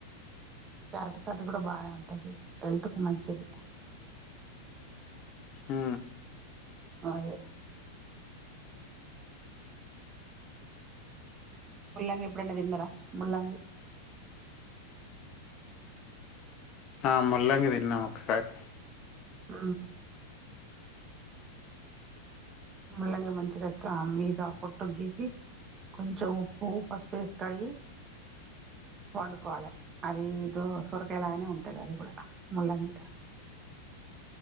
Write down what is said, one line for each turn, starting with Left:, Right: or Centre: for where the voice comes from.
Right: క్యారెట్ కర్రీ కూడా బానే ఉంటది హెల్త్ కు మంచిది
Left: ఊ
Right: అదే ముల్లంగి ఎప్పుడన్న తిన్నారా ముల్లంగి
Left: ఆ ముల్లంగి తిన్నాం ఒకసారి
Right: ఊ ముల్లంగి మంచిగా మీద ఆ పొట్టు గీకి కొంచెం ఉప్పు పసుపు వెసి కడిగి వండుకోవాలే అది ఇదో సొరకాయలాగానే ఉంటది అది కూడా ముల్లంగి